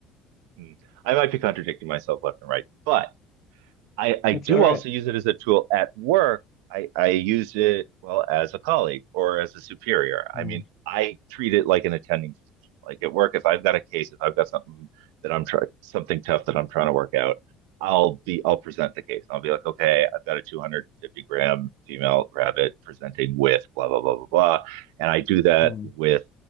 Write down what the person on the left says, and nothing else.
That's
all right.
Mm,
mm.